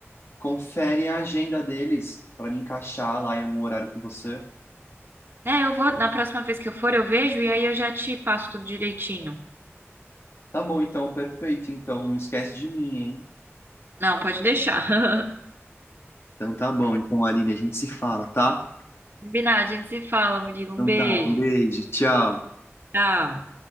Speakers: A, on the left (about 60°); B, on the right (about 50°).
A: confere a agenda deles para me encaixar lá em algum horário com você.
B: É, eu vou, na próxima vez que eu for, eu vejo e aí eu já te passo tudo direitinho.
A: Tá bom, então, perfeito. Então, não esquece de mim, hein?
B: Não, pode deixar.
A: Então tá bom. Então, Aline, a gente se fala, tá?
B: <laughs> Combinado, a gente se fala, Murilo.
A: Então
B: Um beijo.
A: tá, um beijo, tchau.
B: Tchau.